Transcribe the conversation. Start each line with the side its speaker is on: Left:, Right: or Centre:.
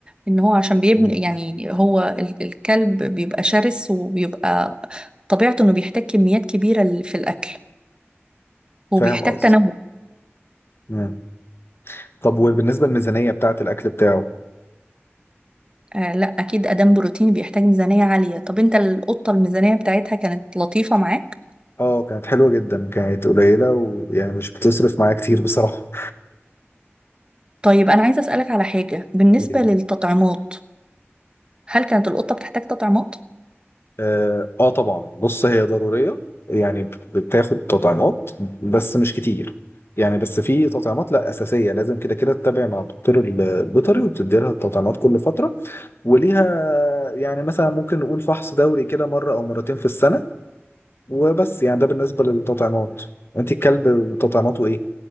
Right: ان هو عشان بيبني
Left: مم.
Right: يعني هو ال- الكلب بيبقى شرس وبيبقى طبيعته انه بيحتاج كميات كبيرة ال- في الاكل وبيحتاج
Left: فاهم قصدي؟
Right: تنوع
Left: مم. طب وبالنسبة للميزانية بتاعة الأكل بتاعه
Right: آه لا اكيد ادام بروتين بيحتاج ميزانية عالية طب انت القطة الميزانية بتاعتها كانت لطيفة معاك
Left: اه كانت حلوة جدا كانت قليلة ويعني مش بتصرف معايا كتير بصراحة
Right: طيب أنا عايزة أسألك على حاجة بالنسبة
Left: وليه؟
Right: للتطعيمات هل كانت القطة بتحتاج تطعيمات؟
Left: اه آه طبعا بص هي ضرورية يعني بت- بتاخد تطعيمات بس مش كتير يعني بس في تطعيمات لا أساسية لازم كده كده تتابع مع الدكتور ال- البيطري وبتدي لها التطعيمات كل فترة وليها يعني مثلا ممكن نقول فحص دوري كده مرة أو مرتين في السنة وبس يعني ده بالنسبة للتطعيمات انت الكلب تطعيماته ايه؟